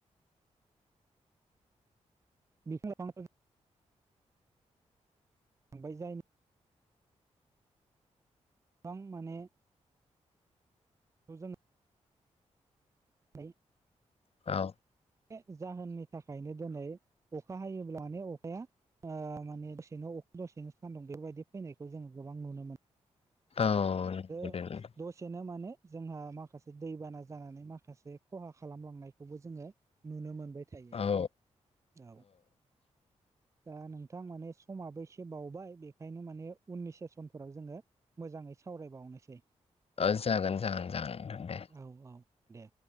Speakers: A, on the right; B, on the left.
A: <unintelligible> गोबां माने जों ओमफ्राय
B: औ
A: बे जाहोननि थाखायनो दिनै अखा हायोब्लानो अखाया ओ माने दसेनो अखु दसेनो सान्दुं बेफोरबायदि फैनायखौ जोङो गोबां नुनो मोनो
B: औ नंगौ
A: बे
B: दे नोंथां।
A: दसे सेनो माने जोंहा माखासे दैबाना जानानै माखासे खहा खालामलांनायखौबो जोङो नुनो मोनबाय थायो
B: औ
A: औ दा नोंथां माने समाबो एसे बावबाय बेखायनो माने उननि से समफोराव जोङो मोजाङै सावरायबावनोसै
B: ओ जागोन जागोन जागोन दे
A: औ औ दे